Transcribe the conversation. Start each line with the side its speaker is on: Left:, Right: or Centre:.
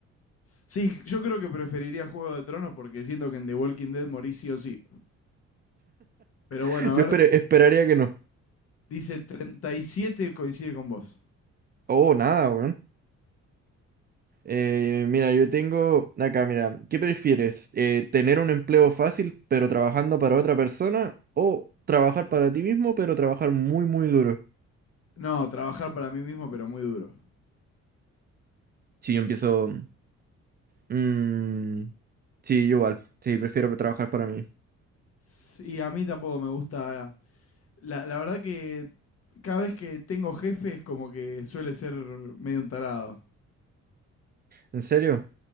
Left: Sí, yo creo que preferiría Juego de Tronos porque siento que en The Walking Dead morís sí o sí. Pero
Right: <laughs>
Left: bueno,
Right: Yo
Left: a
Right: esperé-
Left: ver,
Right: esperaría que no.
Left: dice 37 coincide con vos.
Right: Oh, nada, weón. Eh, mira, yo tengo acá, mira, ¿qué prefieres? Eh, ¿tener un empleo fácil pero trabajando para otra persona? ¿O trabajar para ti mismo pero trabajar muy, muy duro?
Left: No, trabajar para mí mismo, pero muy duro.
Right: Sí, yo empiezo... mm, sí, yo igual. Sí, prefiero trabajar para mí.
Left: Sí, a mí tampoco me gusta. La, la verdad que cada vez que tengo jefes, como que suele ser medio un tarado.
Right: ¿En serio?